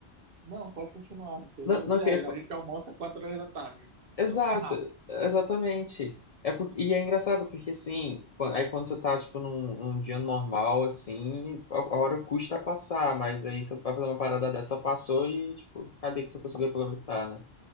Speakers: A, on the right; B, on the left.
A: não, pode continuar. porque Eu
B: Não,
A: ia
B: não
A: dizer,
B: eu queria
A: aí,
B: falar.
A: a gente almoça 4 horas da tarde,
B: Exato,
A: então é rápido.
B: exatamente. É porque, e é engraçado, porque assim, quan- aí quando você tá, tipo, num, num dia normal, assim, a, a hora custa passar, mas aí você vai fazer uma parada dessa, passou e, tipo, cadê que você conseguiu aproveitar, né?